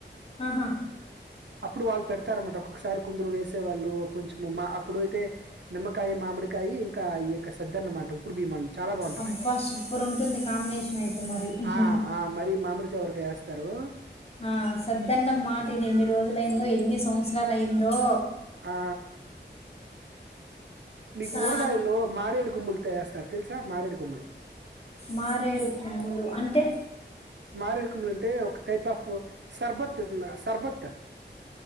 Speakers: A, on the left (about 35°); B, on the right (about 75°).
A: ఆహా
B: అప్పుడు వాళ్ళు పెడతారమాట ఒక్కసారి కుందరు వేసే వాళ్ళు కొంచెం మా అప్పుడుయితే నిమ్మకాయ మామిడికాయ ఇంకా ఈ యొక్క సద్ద్దన్నమాట ఉప్పుడు బియ్యం చాలా బాగుంటది
A: అబ్బా సూపర్ ఉంటుంది కాంబినేషన్ అయితే మరి
B: ఆ ఆ మరి మామిడికాయ ఎవరికి వేస్తారు
A: ఆ సద్దన్నం మాటిని ఎన్ని రోజులయిందో ఎన్ని సంవత్సరాలు అయిందో
B: ఆ! మీకు
A: ఆ
B: ఊరగాయల్లో మారేడు గుమ్ములతో ఎస్తారు తెలుసా? మారేడు గుమ్ములు.
A: మారేడు కొమ్ములు అంటే
B: మారేడుకుమ్ములు అంటే ఒక టైప్ ఆఫ్ సర్బత్ సర్బత్